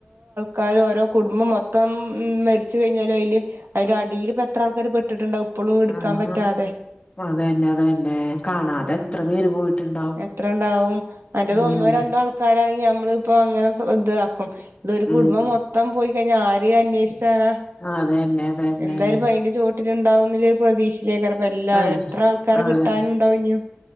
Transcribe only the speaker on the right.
കാരും ഓരോ കുടുംബം മൊത്തം മരിച്ച് കഴിഞ്ഞാല് അതില് അതിന്റെ അടിയില് ഇപ്പം എത്ര ആൾക്കാര് പെട്ടിട്ടുണ്ടാവും ഇപ്പളും ഇ ടുക്കാൻ
പറ്റാതെ
ആഹ്
എത്ര ഉണ്ടാവും മറ്റത്
ഒന്നോ രണ്ടോ ആൾക്ക ക്കാരാണെങ്കിൽ നമ്മള് ഇപ്പോ അങ്ങനെ ശ്രദ്ധതാക്കും ഇത് ഒരു കുടുംബം
മൊത്തം പോയി കഴിഞ്ഞാ ആരെ അന്വേഷി ചാനാ
എന്തായാലുപ്പം അയിന്റെ ചോട്ടില് ഉണ്ടാവുന്നില്ലെ ഒരു പ്രതീക്ഷ ഷെക്കാരപ്പെല്ലാവരും
എത്ര ആൾക്കാരെ
കിട്ടാനും ഉണ്ടാവും ഇഞ്ഞു